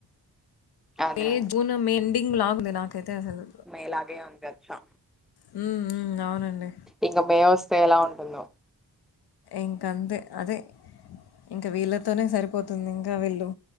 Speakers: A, in the centre; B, on the left.
A: అదే
B: మే, జూన్, మే ఎండింగ్ లాగుంది నాకైతే. అసలు.
A: మే లాగే ఉండోచ్చా.
B: హ్మ్. హ్మ్. అవునండి.
A: ఇంకా మే ఓస్తే ఎలా ఉంటుందో.
B: ఇంక్ అంతే. అదే ఇంకా వీళ్ళతోనే సరిపోతుంది. ఇంకా వీళ్ళు,